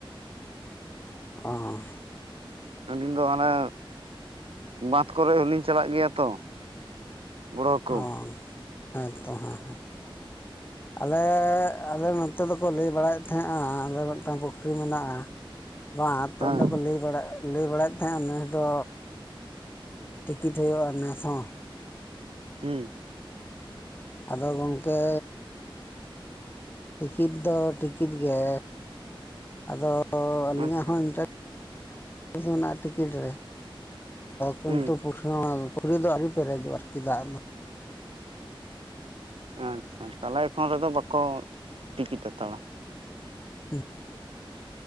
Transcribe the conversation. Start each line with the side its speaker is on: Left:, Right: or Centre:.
Right: <inaudible>
Left: ᱚ᱾
Right: ᱟᱹᱞᱤᱧ ᱫᱚ ᱦᱟᱱᱮ ᱵᱟᱸᱫᱷ ᱠᱚᱨᱮ ᱦᱚᱞᱤᱧ ᱪᱟᱞᱟᱜ ᱜᱮᱭᱟ ᱛᱚ᱾ ᱵᱚᱲᱚ ᱦᱟᱹᱠᱩ
Left: ᱚ ᱦᱮᱸᱛᱚ ᱦᱮᱸ ᱦᱮᱸ ᱟᱞᱮ ᱟᱞᱮ ᱱᱚ ᱛᱮ ᱫᱚᱠᱚ ᱞᱟᱹᱭ ᱵᱟᱲᱟᱭᱮᱫ ᱛᱟᱦᱮᱸᱜ-ᱟ ᱟᱞᱮ ᱢᱤᱫᱴᱟᱝ ᱯᱩᱠᱷᱨᱤ ᱢᱮᱱᱟᱜᱼᱟ᱾ ᱵᱟᱝ ᱟᱛᱚ
Right: ᱦᱮᱸ
Left: ᱚᱸᱰᱮ ᱠᱚ ᱞᱟᱹᱭ ᱵᱟᱲᱟ ᱞᱟᱹᱭ ᱵᱟᱲᱟᱭᱮᱫ ᱛᱟᱦᱮᱸᱜ-ᱟ ᱱᱮᱥ ᱫᱚ ᱴᱤᱠᱤᱴ ᱦᱩᱭᱩᱜᱼᱟ ᱱᱮᱥ ᱦᱚᱸ᱾
Right: ᱦᱩᱸ᱾
Left: ᱟᱫᱚ ᱜᱚᱝᱠᱮ ᱴᱤᱠᱤᱴ ᱫᱚ ᱴᱤᱠᱤᱴ ᱜᱮ ᱟᱫᱚ ᱟᱹᱞᱤᱧᱟᱜ
Right: ᱟᱪᱪᱷᱟ
Left: ᱦᱚᱸ ᱤᱱᱴᱟᱨ -ᱮᱥ ᱢᱮᱱᱟᱜᱼᱟ, ᱴᱤᱠᱤᱴ ᱨᱮ ᱠᱤᱱᱛᱩ
Right: ᱦᱩᱸ
Left: ᱯᱩᱥ ᱯᱩᱠᱷᱨᱤ ᱫᱚ ᱟᱣᱨᱤ ᱯᱮᱨᱮᱡᱚᱜᱼᱟ, ᱟᱨᱠᱤ ᱫᱟᱜ
Right: ᱟᱪᱪᱷᱟ, ᱛᱟᱦᱚᱞᱮ ᱮᱠᱷᱚᱱ ᱨᱮᱫᱚ ᱵᱟᱠᱚ ᱴᱤᱠᱤᱴ ᱦᱟᱛᱟᱲᱟ?
Left: ᱦᱩᱸ᱾